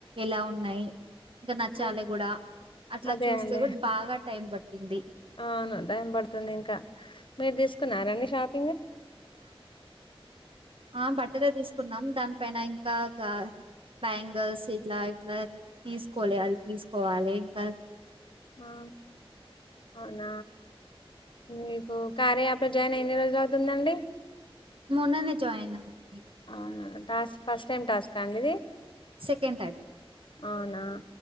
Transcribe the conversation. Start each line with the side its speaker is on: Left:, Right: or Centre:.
Right: ఎలా ఉన్నాయి ఇంకా నచ్చాలి
Left: అ-
Right: కూడా అట్లా
Left: అదే
Right: చూస్తే
Left: అండి
Right: కూడా బాగా టైం పట్టింది
Left: అవును టైం పడుతుంది ఇంకా మీరు తీసుకున్నారండి షాప్
Right: ఆ బట్టలు తీసుకున్నాం దానిపైన ఇంకా బ్యాంగిల్స్ ఇట్లా ఇట్లా తీసుకోలేాలి తీసుకోవాలి ఇంకా
Left: ఆ అవున మీకు కార్య యాప్ లో జైన్ ఎన్ని రోజులు అవుతుందండి
Right: మొన్ననే జాయి అయి అమ్మ మీరు
Left: అవునా టాస్క్ ఫస్ట్ టైమ్ టాస్క్ అండి ఇది
Right: సెకండ్ టైం
Left: అవునా